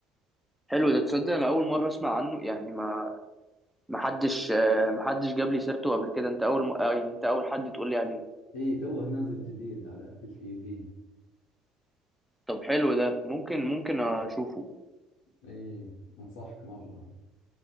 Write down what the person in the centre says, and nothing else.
حلو ده تصدق انا اول مره اسمع عنه يعني ما محدش آه، محدش جاب لي سيرته قبل كده انت اول م... آه، يعني انت اول حد تقول لي عليه
طب حلو ده ممكن ممكن اشوفه